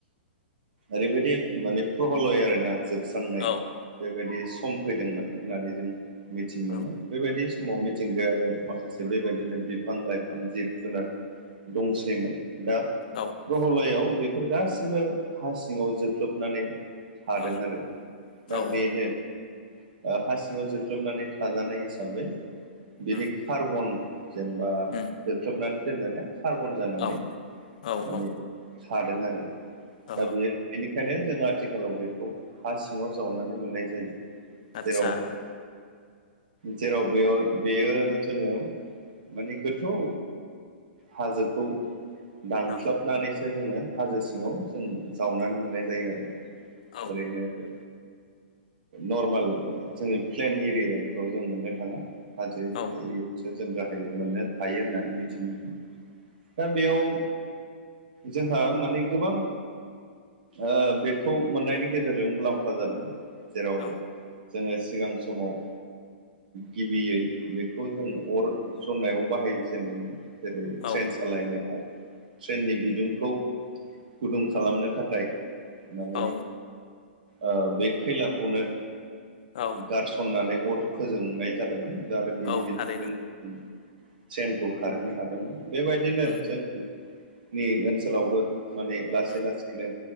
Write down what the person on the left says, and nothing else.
औ औ
औ
औ
औ
औ
उम
उम
औ औ
औ
अ
आतच्छा
नो
औ
औ
औ
औ
औ
औ
औ
औ
थारैनो
उम
उम